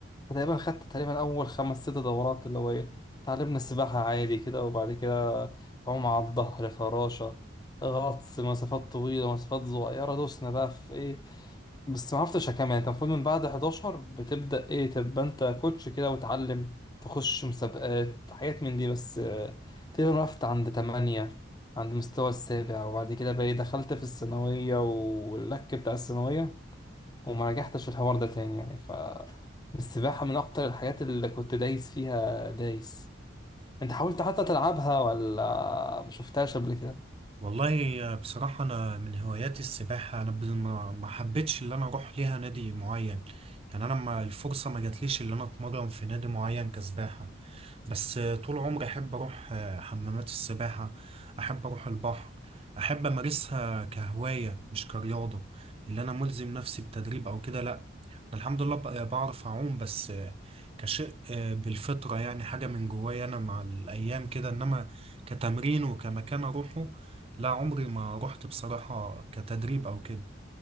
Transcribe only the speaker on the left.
فتقريبا خدت تقريبا اول خمس ست دورات اللي هو ايه اتعلمنا السباحه عادي كده وبعد كده عوم على الظهر فراشه غطس مسافات طويله مسافات صغيره دوسنا بقى في ايه بس ما عرفتش اكمل يعني انت المفروض من بعد 11 بتبدأ ايه تبقى انت كوتش كده وتعلم تخش مسابقات حاجات من دي بس آه، تقريبا وقفت عند 8 عند مستوى السابع وبعد كده بقى إيه، دخلت في الثانوية واللك بتاع الثانوية وما رجعتش الحوار ده تاني يعني ف السباحة من اكتر الحاجات اللي كنت دايس فيها دايس انت حاولت حتى تلعبها ولا ما شفتهاش قبل كده؟